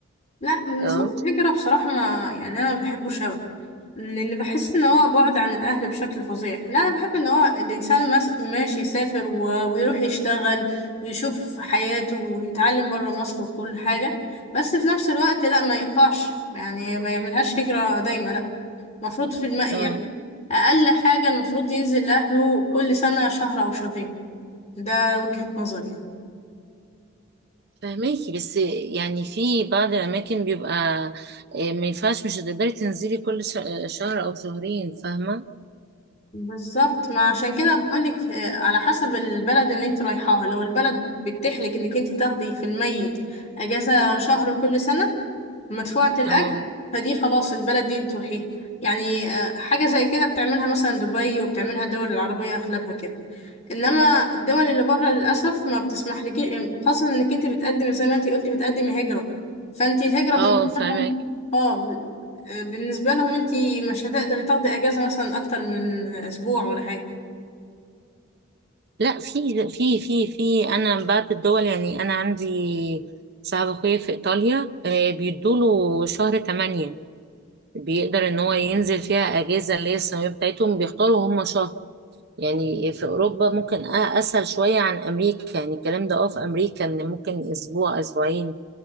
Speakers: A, on the left; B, on the right.
A: لا نظام
B: اه
A: الهجرة بصراحة ما يعني أنا ما بحبوش أوي لأن بحس إن هو بعد عن الأهل بشكل فظيع لا أنا بحب إن هو الإنسان مس- ماشي يسافر و- ويروح يشتغل ويشوف حياته ويتعلم برا مصر وكل حاجة بس في نفس الوقت لا ما يقطعش يعني ما يعملهاش هجرة دايما لا مفروض في الماء
B: اه
A: يعني أقل حاجة المفروض ينزل لأهله كل سنة شهر أو شهرين ده وجهة نظري يعني.
B: فهماكي بس يعني في بعض الأماكن بيبقى آه، ما ينفعش مش هتقدري تنزلي كل ش- آه، شهر أو شهرين فاهمة
A: بالظبط ما عشان كده
B: يعني-
A: بقولك آه، على حسب البلد اللي انت رايحاها لو البلد بتحلك انك انت تاخدي في الميت اجازة شهر كل سنة مدفوعة الاجر
B: اه
A: فدي خلاص البلد دي تروحيها يعني آه، حاجة زي كده بتعملها مثلا دبي وبتعملها الدول العربية اغلبها كده انما الدول اللي بره للاسف ما بتسمح لك خاصه انك انت بتقدمي زي ما انت قلتي بتقدمي هجره فانت الهجره بالنسبه
B: اه فاهمك
A: لهم اه ب- بالنسبه لهم انت مش هتقدري تاخدي اجازه مثلا اكتر من اسبوع ولا حاجه
B: لا في في في في أنا بعض الدول يعني أنا عندي صاحب أخويا في إيطاليا آه، بيدوله شهر تمانية بيقدر إن هو ينزل فيها أجازة اللي هي السنوية بتاعتهم بيختاروا هم شهر يعني في أوروبا ممكن أ- أسهل شوية عن أمريكا يعني الكلام ده اه في أمريكا إن ممكن أسبوع أسبوعين